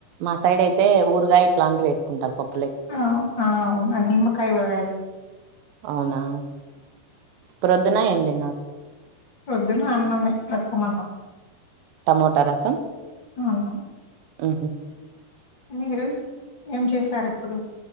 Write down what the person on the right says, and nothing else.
మా సైడ్ అయితే ఊరుగా ఇట్లాంటివి వేసుకుంటారు పప్పు
అవునా ప్రొద్దున ఏం తిన్నారు
టమోటా రసం
ఉహు